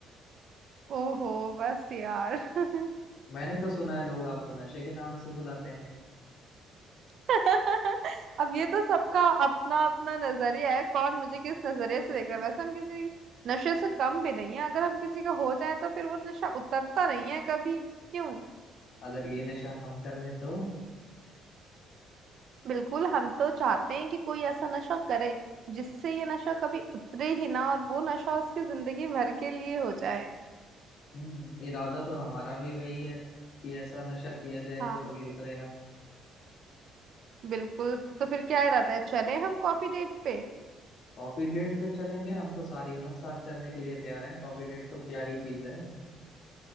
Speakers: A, on the right (about 50°); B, on the left (about 55°).
A: ओहो बस यार <laughs>
B: मैंने तो सुना है लोग आपको नशे के नाम से बुलाते हैं
A: <laughs> अब ये तो सबका अपना अपना नजरिया है कौन मुझे किस नजरिए से देख रहा है वैसे हम किसी की नशे से कम भी नहीं है अगर हम किसी का हो जाए तो फिर वो नशा उतरता नहीं है कभी क्यों
B: अगर ये नशा हम कर लें तो
A: बिल्कुल हम तो चाहते हैं कि कोई ऐसा नशा करे जिससे ये नशा कभी उतरे ही ना और वो नशा उसकी जिंदगी भर के लिए हो जाए
B: हम्म, इरादा तो हमारा भी वही है कि ऐसा नशा किया जाए
A: हाँ
B: जो कभी उतरे ना
A: बिल्कुल तो फिर क्या इरादा है चले हम कॉफी डेट पे
B: कॉफी डेट तो चलेंगे हम तो सारी उम्र साथ चलने के लिए तैयार हैं कॉफी डेट तो क्या ही चीज है